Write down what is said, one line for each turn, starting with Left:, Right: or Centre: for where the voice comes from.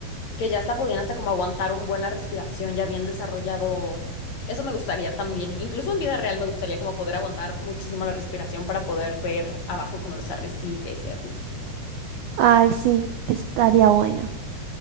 Left: Que ya hasta podían hasta como aguantar un buen la respiración, ya bien desarrollado. Eso me gustaría también. Incluso en vida real me gustaría como poder aguantar muchísimo la respiración para poder ver abajo como los arrecifes y así.
Right: ay, sí, estaría bueno.